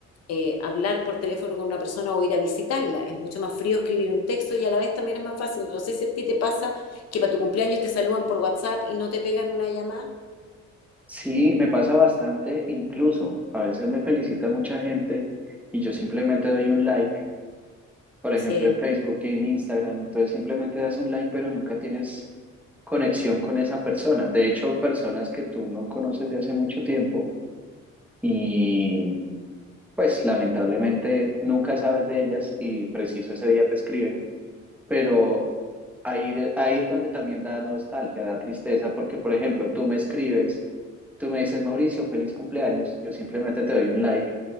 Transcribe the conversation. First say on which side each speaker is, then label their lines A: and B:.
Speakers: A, on the left; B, in the centre.
A: eh, hablar por teléfono con una persona o ir a visitarla. Es mucho más frío escribir un texto y a la vez también es más fácil. No sé si a ti te pasa que para tu cumpleaños te saludan por WhatsApp y no te pegan una llamada.
B: sí, me pasa bastante, incluso a veces me felicita mucha gente y yo simplemente doy un like, por ejemplo
A: Sí,
B: en Facebook y en Instagram, entonces simplemente das un like, pero nunca tienes conexión con esa persona. De hecho, personas que tú no conoces de hace mucho tiempo y pues lamentablemente nunca sabes de ellas y preciso ese día te escriben pero ahí, ahí es donde también da nostalgia, da tristeza, porque, por ejemplo, tú me escribes, tú me dices, Mauricio, feliz cumpleaños, yo simplemente te doy un like,